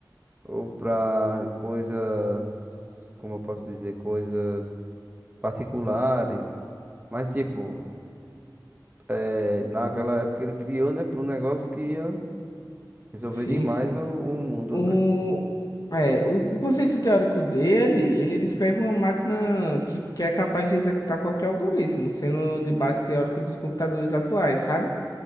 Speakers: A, on the right; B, on the left.
A: ou para coisas, como eu posso dizer, coisas particulares. Mas tipo, é, naquela época ele criou, né, para um negócio que ia Resolver
B: Sim,
A: demais
B: sim.
A: o, o mundo,
B: O,
A: né?
B: é, o, o conceito teórico dele, ele descreve uma máquina que, que é capaz de executar qualquer algoritmo, sendo de base teórica dos computadores atuais, sabe?